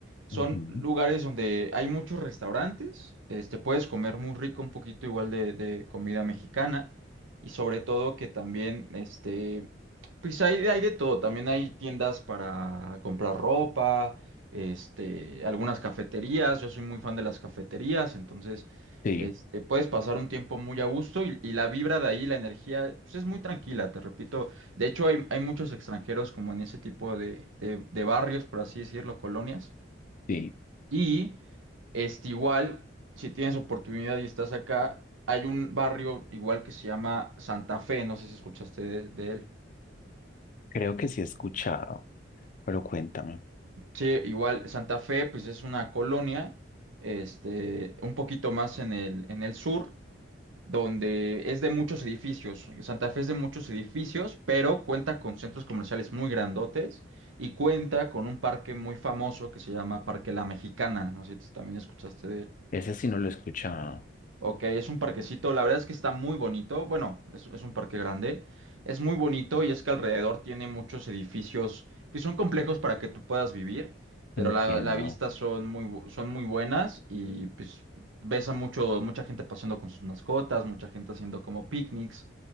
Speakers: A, on the right (about 85°); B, on the left (about 45°).
A: son
B: ujú.
A: lugares donde hay muchos restaurantes, este, puedes comer muy rico, un poquito igual de, de comida mexicana, y sobre todo que también, este, pues hay, hay de todo, también hay tiendas para comprar ropa este, algunas cafeterías, yo soy muy fan de las cafeterías, entonces
B: Sí.
A: este, puedes pasar un tiempo muy a gusto y, y la vibra de ahí, la energía, pues es muy tranquila, te repito, de hecho hay, hay muchos extranjeros como en ese tipo de, de, de barrios, por así decirlo, colonias,
B: Sí,
A: y este, igual, si tienes oportunidad y estás acá, hay un barrio igual que se llama Santa Fe, no sé si escuchaste de de él.
B: creo que sí he escuchado, pero cuéntame.
A: Sí, igual Santa Fe, pues es una colonia, este, un poquito más en el, en el sur, donde es de muchos edificios. Santa Fe es de muchos edificios, pero cuenta con centros comerciales muy grandotes y cuenta con un parque muy famoso que se llama Parque La Mexicana. No sé si también escuchaste de él.
B: Ese sí no lo he escuchado.
A: Ok, es un parquecito, la verdad es que está muy bonito, bueno, es, es un parque grande, es muy bonito y es que alrededor tiene muchos edificios, pues son complejos para que tú puedas vivir, pero
B: Entiendo.
A: la, la vista son muy, bu- son muy buenas y pues ves a mucho, mucha gente paseando con sus mascotas, mucha gente haciendo como picnics